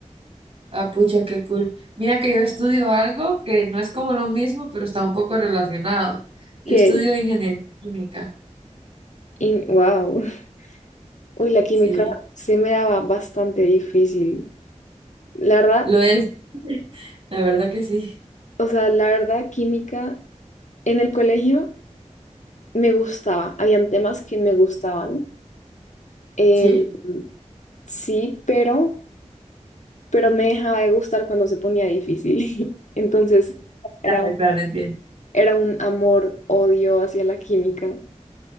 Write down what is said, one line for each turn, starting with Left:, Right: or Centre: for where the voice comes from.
Right: Ah, pucha, qué cool. Mira que yo estudio algo que no es como lo mismo, pero está un poco relacionado. Yo
Left: que,
Right: estudio ingeniería química.
Left: in- wow, <laughs> uy, la química
Right: Sí,
Left: se me daba bastante difícil. La verdad,
Right: lo es. <laughs> La verdad que sí.
Left: o sea, la verdad, química en el colegio me gustaba, habían temas que me gustaban. em,
Right: Sí,
Left: sí, pero pero me dejaba de gustar cuando se ponía difícil. <laughs> Entonces, era
Right: Claro,
Left: un,
Right: claro, entiendo.
Left: era un amor-odio hacia la química.